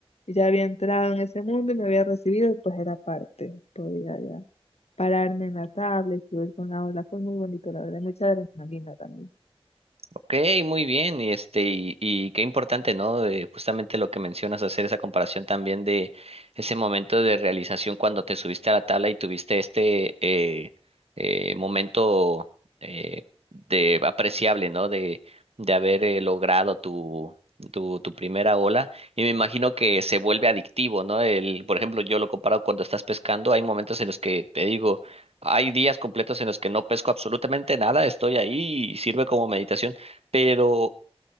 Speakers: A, on the left (about 85°); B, on the right (about 70°).
A: ya había entrado en ese mundo y me había recibido, pues era parte. Podía ya pararme en la tabla y subir con la ola. Fue muy bonito, la verdad, mucha adrenalina también.
B: Ok, muy bien, y este, y, y qué importante, ¿no? De justamente lo que mencionas, hacer esa comparación también de ese momento de realización cuando te subiste a la tabla y tuviste este eh, eh, momento eh, de apreciable, ¿no? De, de haber eh, logrado tu, tu, tu primera ola. Y me imagino que se vuelve adictivo, ¿no? El, por ejemplo, yo lo comparo cuando estás pescando, hay momentos en los que te digo, hay días completos en los que no pesco absolutamente nada, estoy ahí y sirve como meditación pero